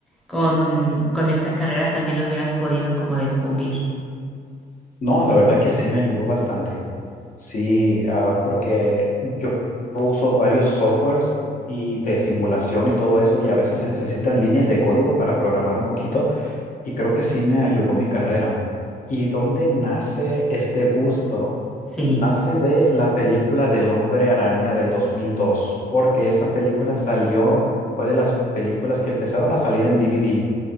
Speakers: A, in the centre; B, on the left (about 50°).
A: con, con esta carrera, también lo hubieras podido como descubrir?
B: no, la verdad que sí me ayudó bastante. Sí, ah, porque yo son varios softwares y de simulación y todo eso, y a veces se necesitan líneas de código para programar un poquito, y creo que sí me ayudó mi carrera. ¿Y dónde nace este gusto?
A: Sí,
B: Nace de la película del Hombre Araña del 2002, porque esa película salió, fue de las películas que empezaron a salir en DVD.